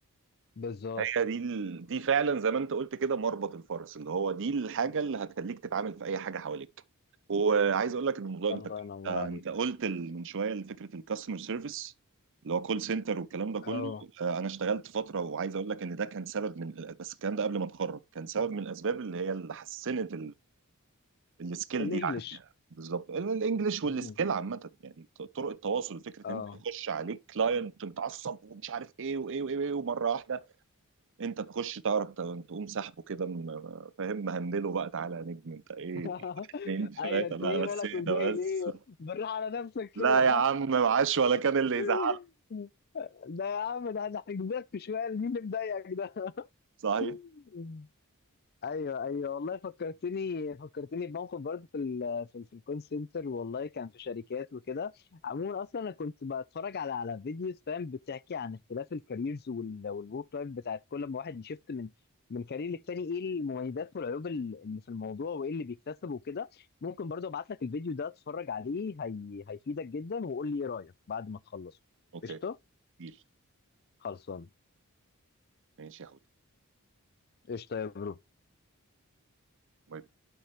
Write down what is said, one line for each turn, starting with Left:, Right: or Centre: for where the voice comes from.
Left: بالظبط
Right: هي دي ال... دي فعلا زي ما انت قلت كده مربط الفرس اللي هو دي الحاجة اللي هتخليك تتعامل في اي حاجة حواليك وعايز اقول لك ان الموضوع انت
Left: الله
Right: كنت-
Left: ينور
Right: انت
Left: عليك
Right: قلت ال- من شوية فكرة الكاستمر سيرفيس اللي هو كول سنتر والكلام ده كله
Left: اه
Right: آه، انا اشتغلت فتره وعايز اقول لك ان ده كان سبب من بس الكلام ده قبل ما اتخرج كان سبب من الاسباب اللي هي اللي حسنت السكيل
Left: الانجليش
Right: دي عندي بالظبط الانجليش والسكيل
Left: مم.
Right: عامه يعني طرق التواصل فكره
Left: اه
Right: ان انت يخش عليك كلاينت متعصب ومش عارف ايه وايه وايه, وإيه ومره واحده انت تخش تعرف ت- تقوم سحبه كده م- فاهم مهندله بقى تعالى يا نجم انت ايه
Left: <laughs>
Right: واحد اتنين تلاته
Left: ايوه انت
Right: بقى
Left: ايه
Right: بس
Left: مالك
Right: اهدى
Left: متضايق
Right: بس
Left: ليه؟ بالراحه على نفسك كده
Right: لا يا عم معاش ولا كان اللي
Left: <laughs>
Right: يزعل
Left: ده يا عم ده انا هجيب لك في شويه مين اللي مضايقك ده
Right: صحيح
Left: <laughs> ايوه ايوه والله فكرتني فكرتني بموقف برضه في ال في ال في الكول سنتر والله كان في شركات وكده عموما اصلا انا كنت بتفرج على على فيديوز فاهم بتحكي عن اختلاف الكاريرز والورك لايف بتاعت كل ما واحد يشفت من من كارير للتاني ايه المميزات والعيوب ال- اللي في الموضوع وايه اللي بيكتسبه وكده ممكن برضه ابعت لك الفيديو ده اتفرج عليه هي هيفيدك جدا وقول لي ايه رايك بعد ما تخلصه
Right: اوكي
Left: قشطه
Right: ديل
Left: خلصان
Right: ماشي يا
Left: قشطه يا برو
Right: حود